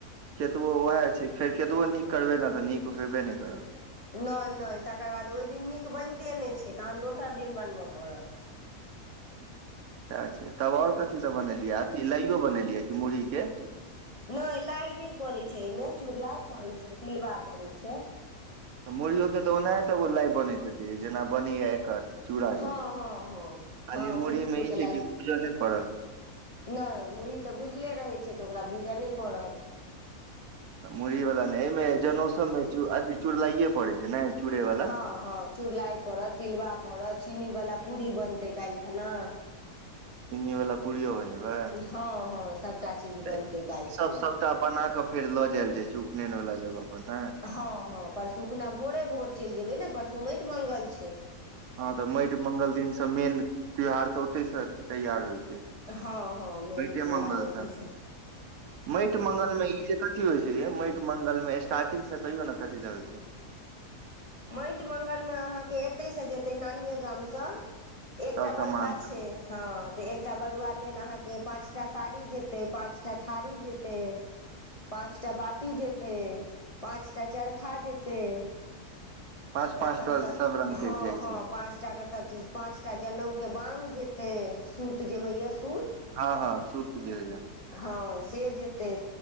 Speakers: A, on the right; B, on the left.
A: केतबो उएह छै फेर केतबो नीक करबै न तऽ नीक होयबे नहि करत
B: नहि नहि तकर बाद ओहि दिन नीक बनिते नहि छै तहन दोसर दिन बनबय पड़त
A: <inaudible> अच्छा तब और कथीसभ बनेलियै अथी लाइयो बनेलियै कि मुरही के
B: नहि लाइ नहि पड़ै छै एहिमे चूड़लाइ पड़े छै तिलबा पड़ै छै
A: मुरहियो के तऽ ओनाहे तब लाइ बनैत हेतै जेना बनैया एकर चूड़ा
B: हँ
A: के खाली
B: हँ हँ हँ
A: मुरही
B: मुरहीयो
A: मे ई
B: के
A: छै
B: लाइ
A: कि भुजय नहि पड़ल
B: नहि मुरही तऽ भुजले रहै छै तऽ ओकरा भूजय नहि पड़ल
A: मुरही वला नहि एहिमे जनौसममे अथि चुड़लाइए पड़ैत छै ने चूड़े वाला
B: हँ हँ चुड़लाइ पड़त तिलबा पड़त चीनी बाला पूरी बनतै काल्हि खना
A: चिन्नीवला पुड़ियो बन बै
B: हँ हँ सभटा चीज बनतै
A: ई
B: काल्हि
A: सब
B: खना
A: सबटा बना कऽ फेर लऽ जायल जाइ छै मेनवला जगह पर ने
B: हँ हँ परसू खुना भोरे भोर चलि जेबै ने परसू माटि मंगल छै
A: हँ तऽ माटि मंगल दिनसँ मेन त्यौहार तऽ ओतहिसँ तैयार होइत छै
B: हँ हँ मेन
A: माटिये
B: त्यहारारो
A: मंगल सँ
B: तेस
A: माटि मंगल मे ई जे कथी होइ छै माटि मंगलमे स्टार्टिंग से कहिय ने कथी रहय छै
B: माटि मङ्गलमे अहाँके एतै से जेतै नानिे गामसँ एक
A: सब सामान
B: बरुआ
A: सब
B: छै हँ तऽ एक बर लेलहाँके के पाँचटा साड़ी जेतै पाँचटा थारी जेतय पाँचटा बटी जेत पाँचटा चरखा जेतय
A: पाँच पाँच
B: तखन
A: टा सब रंग के
B: हँ
A: जाइ
B: हँ
A: छै
B: पाँचटा के सभ चीज पाँचटा जनउ के बाग जेते सूत जे होइया सूत
A: हँ हँ सूत जे भैया
B: हँ से जेतै